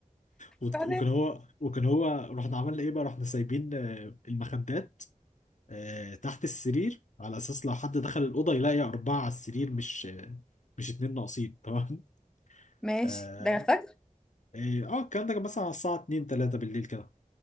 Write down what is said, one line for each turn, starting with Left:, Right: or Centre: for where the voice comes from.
Left: وت-
Centre: بعدين
Left: وكان هو وكان هو رحنا عملنا ايه بقى رحنا سايبين آه، المخدات آه، تحت السرير على اساس لو حد دخل الاوضه يلاقي اربعه على السرير مش آه، مش اتنين ناقصين <laughs> تمام
Centre: ماشي
Left: اه
Centre: ده فجر
Left: آه، آه، الكلام ده كان مثلا على الساعه 2 3 بالليل كده